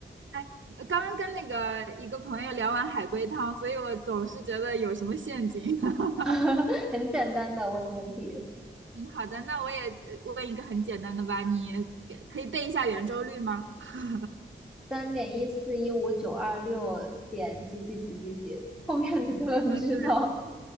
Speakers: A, on the right; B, in the centre.
A: 哎，刚刚跟那个一个朋友聊完海龟汤，所以我总是觉得有什么陷阱。<laughs>
B: <laughs> 很简单的问的问题，
A: 嗯，好的，那我也呃问一个很简单的吧，你可以背一下圆周率吗？<laughs>
B: 三点一四一五九二六点几几几几几，后面的根本不知道。
A: 对。